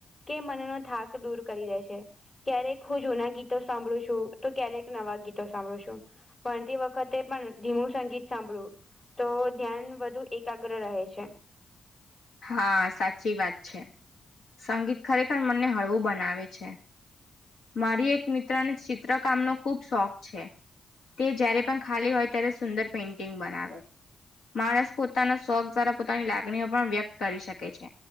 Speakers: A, on the left (about 35°); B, on the left (about 75°).
A: કે મનનો થાક દૂર કરી દે છે. ક્યારેક હું જૂના ગીતો સાંભળું છું, તો ક્યારેક નવા ગીતો સાંભળું છું. ભણતી વખત તે પણ ધીમું સંગીત સાંભળવું તો ધ્યાન વધુ એકાગ્ર રહે છે.
B: હા સાચી વાત છે, સંગીત ખરેખર મનને હળવું બનાવે છે. મારી એક મિત્રને ચિત્રકામ નો ખુબ શોખ છે. તે જયારે પણ ખાલી હોય ત્યારે સુંદર પેઇન્ટિંગ બનાવે. માણસ પોતાના શોખ દ્વારા પોતાની લાગણીઓ પણ વ્યક્ત કરી શકે છે.